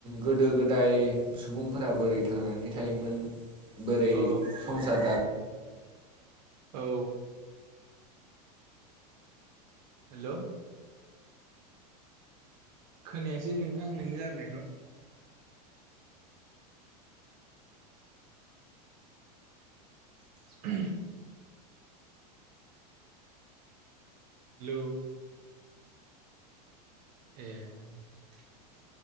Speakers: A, on the right; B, on the right.
A: गोदो गोदाय सुबुंफोरा बोरै थांनानै थायोमोन बोरै
B: अ।
A: <unintelligible>
B: औ। हेल'? खोनायासै नोंथां नोंनि रायलायनायखो। <unintelligible> हेल' एह